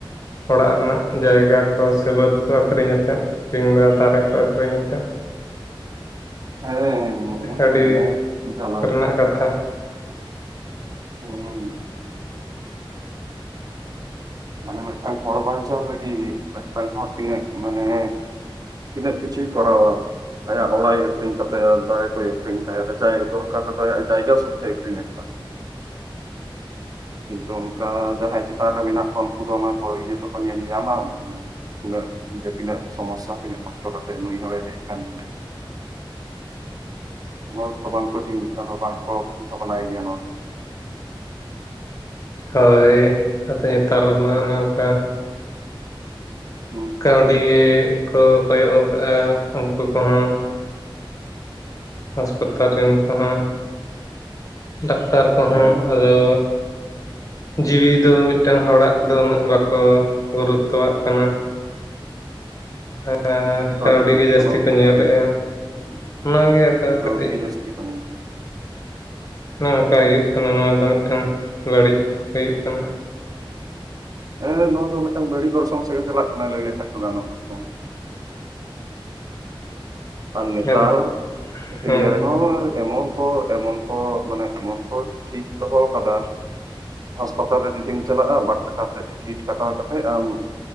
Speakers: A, on the left (about 40°); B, on the right (about 45°).
A: ᱚᱲᱟᱜ ᱨᱮᱱᱟᱜ ᱡᱟᱭᱜᱟ ᱠᱚ ᱥᱮ ᱵᱟᱹᱫᱽ ᱠᱚ ᱟᱹᱠᱷᱨᱤᱧ ᱟᱛᱮᱫ ᱾ ᱠᱤᱢᱵᱟ ᱫᱟᱨᱮ ᱠᱚ ᱟᱹᱠᱷᱨᱤᱧ ᱟᱛᱮᱜ ᱾
B: <inaudible> ᱦᱮᱸ ᱦᱮᱸ ᱦᱮᱸ
A: ᱟᱹᱰᱤ
B: ᱚᱱᱟ ᱜᱮ ᱡᱟᱞᱟ ᱫᱚ ᱾
A: <unintelligible> ᱠᱟᱛᱷᱟ ᱾
B: ᱦᱩᱸ ᱾ ᱢᱟᱱᱮ ᱢᱤᱫᱴᱟᱝ ᱦᱚᱲ ᱵᱟᱧᱪᱟᱣ ᱞᱟᱹᱜᱤᱫ ᱢᱤᱫᱴᱟᱝ ᱦᱚᱲ ᱛᱤᱱᱟᱹᱜ ᱢᱟᱱᱮ ᱛᱤᱱᱟᱹᱜ ᱠᱤᱪᱷᱩᱭ ᱠᱚᱨᱟᱣᱟ ᱾ ᱟᱭᱟᱜ ᱚᱲᱟᱜ ᱮ ᱟᱹᱠᱷᱨᱤᱧ ᱠᱟᱛᱟᱭᱟ, ᱫᱟᱨᱮ ᱠᱚᱭ ᱟᱹᱠᱷᱨᱤᱧ ᱛᱟᱭᱟ, ᱟᱡᱟᱜ ᱫᱚᱨᱠᱟᱨ ᱡᱷᱚᱛᱚ ᱟᱭᱟᱜ ᱡᱟᱭᱜᱟ ᱥᱩᱫᱷᱟᱹᱭ ᱟᱹᱠᱷᱨᱤᱧ ᱟᱠᱟᱫᱟ ᱾ ᱠᱤᱱᱛᱩ ᱚᱱᱠᱟ ᱡᱟᱦᱟᱸᱭ ᱪᱮᱛᱟᱱ ᱨᱮ ᱢᱮᱱᱟᱜ ᱠᱚᱣᱟ ᱩᱱᱠᱩ ᱫᱚ ᱚᱱᱟ ᱠᱚ ᱤᱭᱟᱹᱠᱚ ᱠᱚ ᱧᱮᱞ ᱧᱟᱢᱟ ᱾ ᱩᱱᱟᱹᱜ ᱡᱮ ᱛᱤᱱᱟᱹᱜ ᱥᱚᱢᱚᱥᱥᱟ ᱛᱤᱱᱟᱹᱜ ᱠᱚᱥᱴᱚ ᱠᱟᱛᱮᱜ ᱱᱩᱭ ᱦᱚᱲᱮ ᱦᱮᱡ ᱠᱟᱜ ᱵᱚᱱᱟᱭ ᱾ ᱚᱱᱟ ᱠᱚᱫᱚ ᱵᱟᱝ ᱠᱚ ᱪᱤᱱᱛᱟ ᱵᱟᱝ ᱠᱚ ᱵᱷᱟᱵᱱᱟᱭ ᱜᱮᱭᱟ ᱱᱚᱣᱟ
A: ᱦᱳᱭ ᱟᱫᱚ ᱱᱮᱛᱟᱨᱢᱟ ᱚᱱᱮ ᱚᱱᱠᱟ ᱾
B: ᱦᱩᱸ ᱾
A: ᱠᱟᱹᱣᱰᱤ ᱜᱮ ᱠᱚ ᱠᱚᱭᱚᱜ ᱟᱠᱟᱜᱼᱟ ᱩᱱᱠᱩ ᱠᱚᱦᱚᱸ ᱦᱟᱥᱯᱟᱛᱟᱞ ᱨᱮᱱ ᱠᱚᱦᱚᱸ ᱾ ᱰᱟᱠᱛᱟᱨ ᱠᱚᱦᱚᱸ
B: ᱦᱮᱸ ᱜᱚᱝᱠᱮ
A: ᱟᱫᱚ ᱡᱤᱣᱤ ᱫᱚ ᱢᱤᱫᱴᱟᱝ ᱦᱚᱲᱟᱜ ᱫᱚ ᱩᱱᱟᱹᱜ ᱵᱟᱠᱚ ᱜᱩᱨᱩᱛᱛᱚᱣᱟᱜ ᱠᱟᱱᱟ ᱾ <inaudible> ᱦᱮᱸ
B: ᱵᱟᱝ
A: ᱠᱟᱹᱣᱰᱤ ᱜᱮ ᱡᱟᱹᱥᱛᱤ ᱠᱚ
B: ᱠᱟᱛᱷᱟ
A: ᱧᱮᱞᱮᱫᱼᱟ,
B: ᱜᱮ
A: ᱚᱱᱟᱜᱮ
B: ᱠᱟᱹᱣᱰᱤ
A: ᱠᱟᱹᱴᱤᱡ
B: ᱜᱮ ᱡᱟᱹᱥᱛᱤ ᱠᱚ ᱧᱮᱞᱟ ᱾
A: ᱚᱱᱮ ᱚᱱᱠᱟ ᱤᱭᱟᱹᱜ ᱠᱟᱱᱟ, ᱱᱚᱣᱟ ᱫᱚ ᱢᱤᱫᱴᱟᱝ ᱵᱟᱹᱲᱤᱡ ᱦᱩᱭᱩᱜ ᱠᱟᱱᱟ ᱾
B: <inaudible> ᱦᱮᱸ ᱱᱚᱣᱟ ᱫᱚ ᱢᱤᱫᱴᱟᱝ ᱵᱟᱹᱲᱤᱡ ᱚᱨᱥᱚᱝ ᱥᱮᱫ ᱜᱮ ᱪᱟᱞᱟᱜ ᱠᱟᱱᱟ ᱞᱟᱹᱭ ᱞᱮᱠᱷᱟᱱ ᱫᱚ ᱜᱟᱱᱚᱜᱼᱟ ᱾ ᱟᱨ ᱱᱮᱛᱟᱨ
A: ᱦᱮᱸ ᱦᱮᱸ
B: ᱤᱭᱟᱹ ᱨᱮᱦᱚᱸ ᱮᱢᱚᱜ ᱠᱚ ᱮᱢᱚᱱ ᱠᱚ ᱢᱟᱱᱮ ᱮᱢᱚᱱ ᱠᱚ ᱴᱷᱤᱠ ᱫᱚᱦᱚᱣ ᱠᱟᱫᱟ ᱦᱟᱸᱥᱯᱟᱛᱟᱞ ᱨᱮ ᱡᱩᱫᱤᱢ ᱪᱟᱞᱟᱜ-ᱟ ᱵᱟᱨ ᱴᱟᱠᱟ ᱛᱮ ᱴᱤᱠᱤᱴ ᱠᱟᱴᱟᱣ ᱠᱟᱛᱮᱫ ᱟᱢ